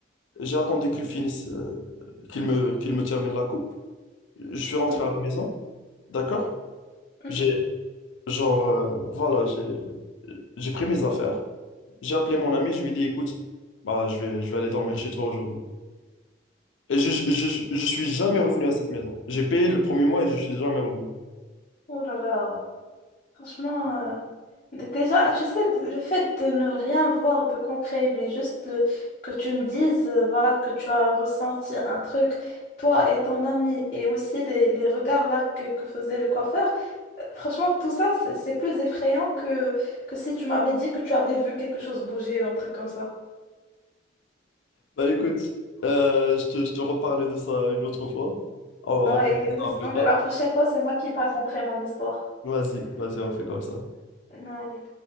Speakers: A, on the left; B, on the left.
A: j'ai attendu qu'il finisse, euh, qu'il me, qu'il me termine la coupe. Je suis rentré
B: Mhm,
A: à la maison, d'accord?
B: mhm.
A: J'ai Genre, euh, voilà, j'ai j'ai pris mes affaires, j'ai appelé mon ami, je lui ai dit, écoute, bah, je vais, je vais aller dormir chez toi aujourd'hui. Et je, je, je, je suis jamais revenu à cette maison. J'ai payé le premier mois et je suis jamais revenu.
B: Oh là là. Franchement, euh, d- déjà, tu sais, d- le fait de ne rien voir de concret, mais juste le- que tu me dises, euh, voilà, que tu as ressenti un truc, toi et ton ami, et aussi les, les regards là que, que faisait le coiffeur, euh, franchement, tout ça, c'est c'est plus effrayant que, que si tu m'avais dit que tu avais vu quelque chose bouger un truc comme ça.
A: Bah écoute, euh, je te, je te reparle de ça une autre fois. On, on
B: Ouais, laisse
A: fera ça
B: tomber,
A: plus tard.
B: la prochaine fois, c'est moi qui te raconterai mon histoire.
A: Vas-y, vas-y, on fait comme ça.
B: Allez.